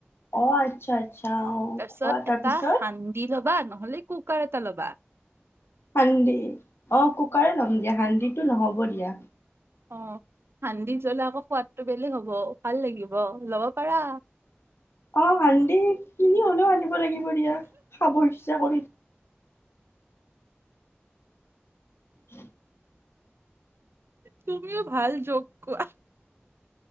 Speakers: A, on the left; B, on the right.
A: অ আচ্ছা আচ্ছা অহ
B: তাৰপিছত
A: খোৱা
B: এটা
A: তাৰপিছত
B: সান্দি ল'বা নহলে কুকাৰ এটা ল'বা
A: সান্দি অ কুকাৰে ল'ম দিয়া সান্দিটো নহ'ব দিয়া
B: অ সান্দি জ্বলা আকৌ সোৱাদটো বেলেগ হব ভাল লাগিব লব পাৰা
A: অ সান্দি কিনি হলেও আনিব লাগিব দিয়া খাব ইচ্ছা কৰি উ
B: তুমিও ভাল যগ কোৱা